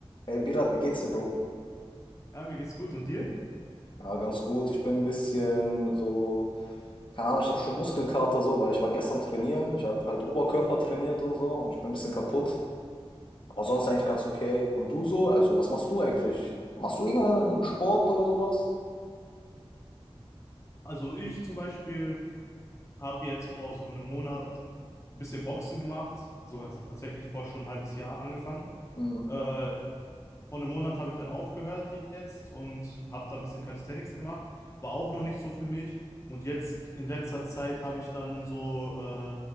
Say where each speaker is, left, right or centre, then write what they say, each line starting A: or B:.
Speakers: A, on the left; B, on the left.
A: Hey Birat, wie geht's dir, Bro?
B: Ja, mir geht's gut. Und dir?
A: Ja, ganz gut. Ich bin ein bisschen so, keine Ahnung, ich habe schon Muskelkater so, weil ich war gestern trainieren. Ich habe halt Oberkörper trainiert und so und ich bin ein bisschen kaputt. Aber sonst eigentlich ganz okay. Und du so? Also, was machst du eigentlich? Machst du irgendeinen Sport oder sowas?
B: Also ich zum Beispiel habe jetzt vor so einem Monat ein bisschen Boxen gemacht, sogar tatsächlich vor schon ein halbes Jahr angefangen.
A: Mhm.
B: Äh, vor einem Monat habe ich dann aufgehört jetzt und habe da ein bisschen Calisthenics gemacht. War auch noch nicht so für mich. Und jetzt in letzter Zeit habe ich dann so äh,